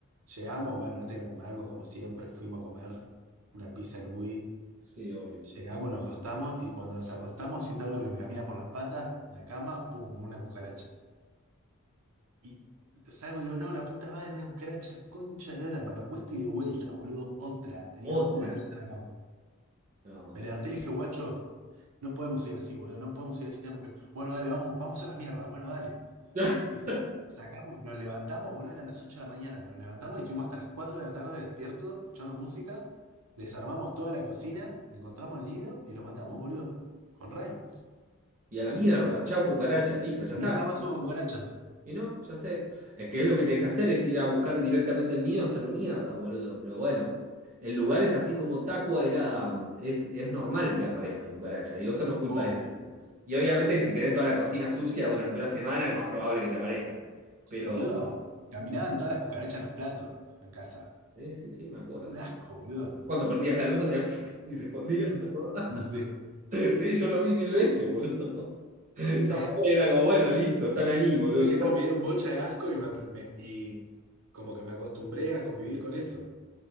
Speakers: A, on the right (about 85°); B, on the right (about 35°).
A: Llegamos, bueno, no teníamos un mango como siempre, fuimos a comer una pizza en Ubi.
B: Sí, obvio.
A: Llegamos, nos acostamos y cuando nos acostamos siento algo que me camina por las patas en la cama, pum, una cucaracha. Y salgo y digo, no, la puta madre, una cucaracha, la concha de la lora. me acuesto y de vuelta, boludo, otra. Tenía
B: Otra.
A: dos cucarachas en la cama.
B: No.
A: Me levanté y le dije, guacho, no podemos ir así, boludo, no podemos ir así, tenemos que... Bueno, dale, vamos, vamos a las mierdas, bueno, dale.
B: <laughs>
A: Y sacamos, nos levantamos, boludo, eran las 8 de la mañana. Nos levantamos y estuvimos hasta las 4 de la tarde despiertos, escuchando música. Desarmamos toda la cocina, encontramos el nido y lo matamos, boludo. Con Ray.
B: Y a la mierda, chau cucaracha, listo, ya
A: Y
B: está.
A: Nunca más hubo cucarachas.
B: Y no, ya sé. Es que es lo que tenés que hacer, es ir a buscar directamente el nido, hacerlo mierda, boludo. Pero bueno, en lugares así como Tacua era, mm, es, es normal que aparezcan cucarachas. Digo, eso no es culpa de
A: Obvio.
B: nadie. Y obviamente si tenés toda la cocina sucia durante una semana es más probable que te aparezcan. Pero,
A: Boludo, caminaban todas las cucarachas en los platos en casa.
B: eh, sí, sí, me acuerdo.
A: Era un asco, boludo.
B: Cuando prendías la luz hacían <laughs> y se escondían, ¿te acordás?
A: <laughs> Sí.
B: Sí, yo lo vi mil veces, boludo. <laughs>
A: Un
B: Ya
A: asco.
B: fue, era como, bueno, listo, están ahí, boludo.
A: Y siempre
B: Qué...
A: me dieron bocha de asco y, me, apre- me- y como que me acostumbré a convivir con eso.